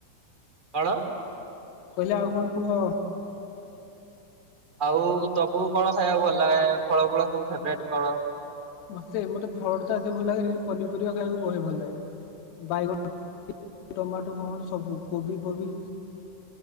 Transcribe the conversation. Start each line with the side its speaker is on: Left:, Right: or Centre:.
Right: କଣ?
Left: କହିଲେ ଆଉ କଣ କୁହ?
Right: ଆଉ ତମକୁ କଣ ଖାଇବାକୁ ଭଲ ଲାଗେ ଫଳ ଫୂଳୁ ସବୁ ଫେବରଟ୍ କଣ?
Left: ମତେ ମତେ ଫଳ ଟା ଏତେ ଭଲ ଲାଗେନି ପନିପରିବା ଖାଇବାକୁ ବହେ ଭଲ ଲାଗେ। ବାଇଗଣ ଟମାଟୋ ଫମାଟୋ ସବୁ କୋବି ଫୋବି